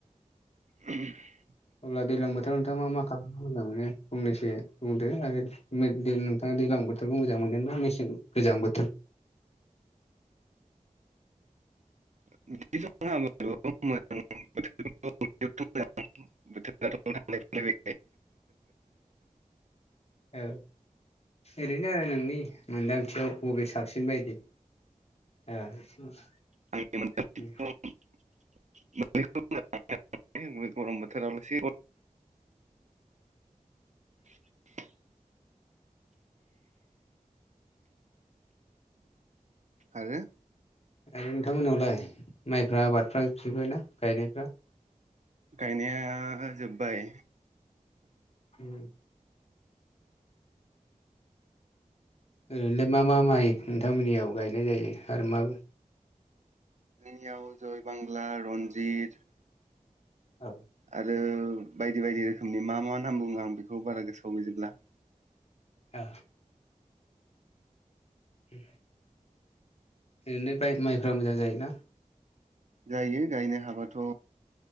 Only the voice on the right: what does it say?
<unintelligible>
<unintelligible> <unintelligible> बोथोराथ' थांलाय फैलाय
आंनि <unintelligible> गरम बोथोरावलसो <inaudible> आरो
गायनाया जोब्बाय
जोंनियाव जय बांला रनजित
आरो बायदि बायदि रोखोमनि मा मा नाम बुङो आं बेखौ बारा गोसोआव गैजोबला
जायो गायनो हाबाथ